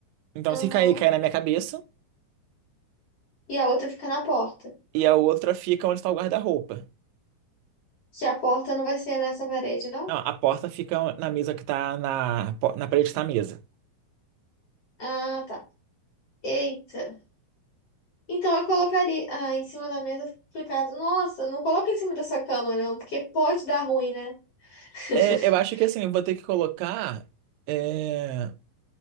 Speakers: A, on the right; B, on the left.
A: Então,
B: Aham.
A: se cair, cai na minha cabeça.
B: E a outra fica na porta.
A: E a outra fica onde está o guarda-roupa.
B: Que a porta não vai ser nessa parede, não?
A: Não, a porta fica na mesa que tá na, po- na parede que tá a mesa.
B: Ah, tá. Eita. Então eu colocaria ah, em cima da mesa, fica complicado. Nossa, não coloca em cima dessa cama, não, porque pode dar ruim, né? <laughs>
A: É, eu acho que assim, eu vou ter que colocar. é,